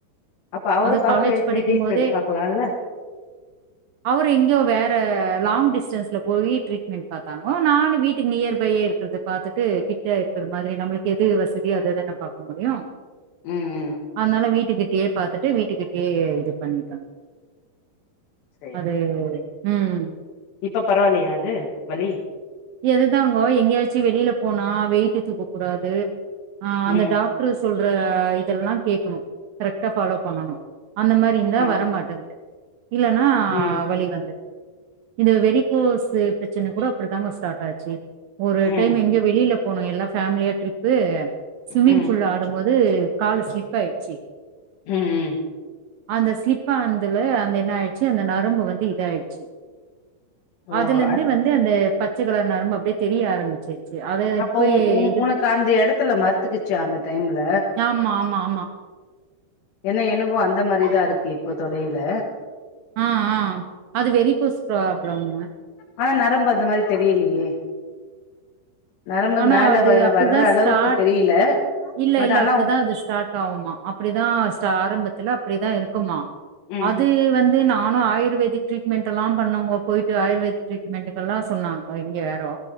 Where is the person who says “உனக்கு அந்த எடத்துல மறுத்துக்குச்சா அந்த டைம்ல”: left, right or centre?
Left